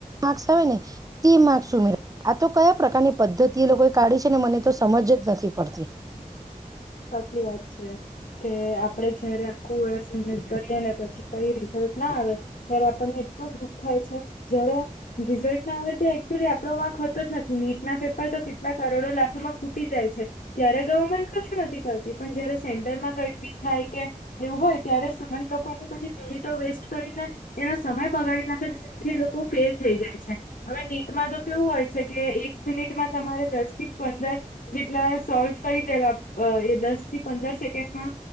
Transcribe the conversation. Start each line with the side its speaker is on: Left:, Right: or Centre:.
Right: માર્સ આવે ને તે માર્ક્સ ઉમેરા આ તો કયા પ્રકારની પદ્ધતિ એ લોકોએ કાઢી છે ને મને તો સમજ જ નથી પડતી
Left: સાચી વાત છે કે આપડે જયારે આખું વર્ષ મહેનત કરીએ ને પછી કઈ રિઝલ્ટ ના આવે ત્યારે આપણને દુઃખ થાય છે જ્યારે રિઝલ્ટ ના આવેચુલી આપો વાકતો જ નથી નીટના પેપર કેટલા રોડો લાખોમાં ખૂટી જાય છે ત્યારે ગવર્મેન્ટ કુંછ નથી કર પણ જયારે સેન્ટરમાં કઈ બી થાય કે એવું હોય ત્યારે સ્ટુડ લોકોની બધી મિનિ વેસ્ટ કરીને એનો સમય પગાડી નાખે છેથી લોકો ફેલ થઈ જાય છે હવે નીટમાં તો કેવું હોય છે કે એક એક મિનિટમાં તમારે દસ થી પંદર જેટલા સોલ્વ કરી દેવા અ એ દસ થી પંદર સેકન્ડમાં